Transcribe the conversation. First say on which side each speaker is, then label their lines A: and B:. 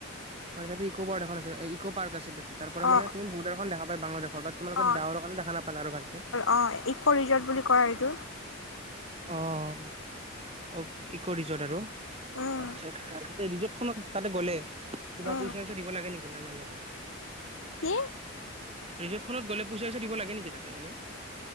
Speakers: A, on the right; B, on the left.
A: হয় তাতে ইক' বাৰ্ড এখন আছে ইকো পাৰ্ক আছিল তাতে। তাৰ পৰা
B: অ
A: মানে তুমি বৰ্ডাৰখন দেখ পায় বালাদেশৰ বাত তোমালোকে
B: অ
A: ডাৱৰৰ কাৰণে দেখা নাপালে আৰু ভালকে।
B: অ', ইক' ৰিজৰ্ট বুলি কয় এইটো।
A: অ', অ', ইক' ৰিজৰ্ট আৰু
B: উম
A: আচ্ছা আচ্ছা। ৰিজৰ্ট খনত তাতে গ'লে কিবা
B: উম
A: পইচা চইচা দিব লাগে নেকি নালাগে।
B: কি?
A: ৰিজৰ্ত খনত‌ গলে পইচা চইচা দিব লাগেনেকি তাতে এনে।